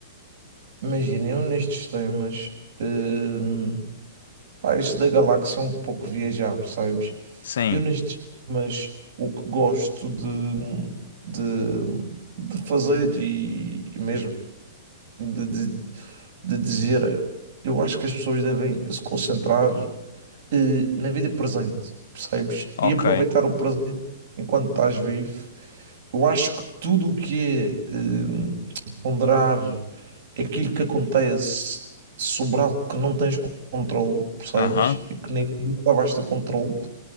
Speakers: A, on the right; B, on the left.
A: imagina, eu nestes temas, hum, pá, este da galáxia é um pouco viajar, percebes?
B: Sim,
A: Eu nestes temas, o que gosto de, de, de fazer e, e mesmo de, de, de dizer, é, eu acho que as pessoas devem se concentrar eh, na vida presente, percebes?
B: ok.
A: E aproveitar o presente enquanto estás vivo. Eu acho que tudo o que é eh, ponderar aquilo que acontece sobre algo que não tens controle, percebes?
B: Aham,
A: E que nem nunca vais ter controle.